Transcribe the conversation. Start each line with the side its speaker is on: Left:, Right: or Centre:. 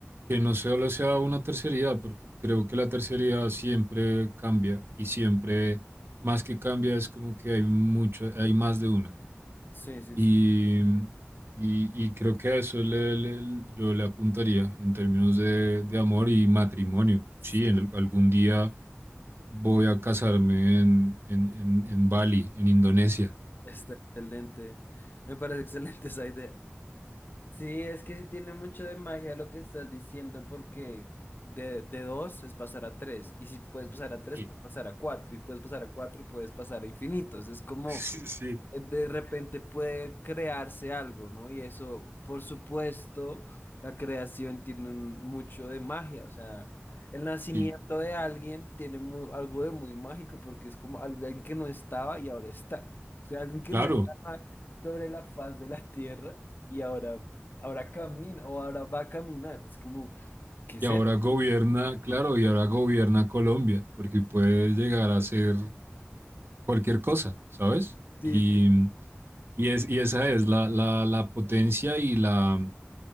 Right: que no solo sea una tercería, porque creo que la tercería siempre cambia y siempre, más que cambia, es como que hay mucho, hay más de una.
Left: Sí, sí,
Right: Y,
Left: sí.
Right: y, y creo que a eso le- le- yo le apuntaría en términos de, de amor y matrimonio.
Left: Sí,
Right: Sí, en, algún día voy a casarme en, en, en, en Bali, en Indonesia.
Left: Está excelente. Me parece <laughs> excelente esa idea. Sí, es que sí tiene mucho de magia lo que estás diciendo, porque de, de dos es pasar a tres, y si puedes pasar a tres,
Right: Sí.
Left: puedes pasar a cuatro, y puedes pasar a cuatro, puedes pasar a infinitos. Es como
Right: <laughs> Sí, sí.
Left: eh, de repente puede crearse algo, ¿no? Y eso, por supuesto, la creación tiene un- mucho de magia, o sea, el nacimiento
Right: Sí,
Left: de alguien tiene mu- algo de muy mágico, porque es como algo- alguien que no estaba y ahora está. O sea, alguien que
Right: Claro,
Left: no estaba sobre la faz de la tierra y ahora ahora camina o ahora va a caminar. Es como, ¿qué es
Right: Y ahora
Left: eso?
Right: gobierna, claro, y ahora gobierna Colombia, porque puede llegar a ser cualquier cosa, ¿sabes?
Left: Sí,
Right: Y,
Left: sí,
Right: y, es, y esa es la, la, la potencia y la,